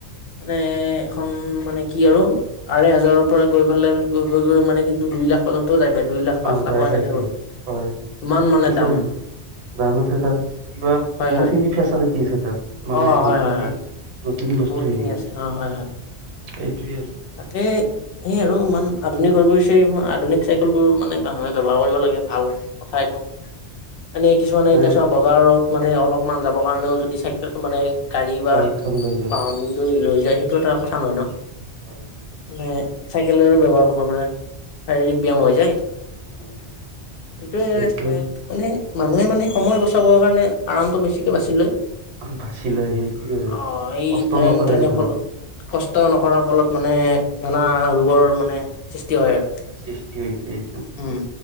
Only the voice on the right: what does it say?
অ
যাই
পাইছে
হয়
আছে
দাম আছে তাৰ কিবা
বহুতখিনি
ফেচালিটি আছে তাত। মানে
বৌগানিক
নতুন বস্তু
হেৰি
কৰিছে
এইটোৱে আৰু
মানে
বাইকখন লৈ যায়
হয়।
হয়।
এইটো
বাচি লয় সেইটোৱে আৰু
কষ্ট
নকৰে আৰু
সৃষ্টি হৈছে এইটো,